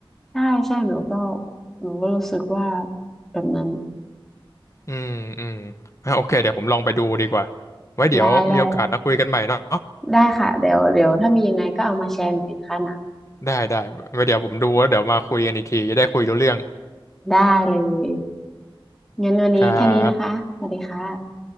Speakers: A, in the centre; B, on the left (about 35°).
A: ใช่ใช่หนูก็หนูก็รู้สึกว่าแบบนั้น
B: อืมอืมอ่ะโอเคเดี๋ยวผมลองไปดูดีกว่าไว้เดี๋ยวมีโอกาสมาคุยกันใหม่เนาะ
A: ได้ได้ ได้ค่ะเดี๋ยวเดี๋ยวถ้ามียังไงก็เอามาแชร์หนูอีกนะคะหนัง
B: ได้ได้ไว้เดี๋ยวผมดูแล้วเดี๋ยวมาคุยกันอีกทีจะได้คุยรู้เรื่อง
A: ได้เลยงั้นวันนี้แค่นี้นะคะสวัสดีค่ะ
B: ครับ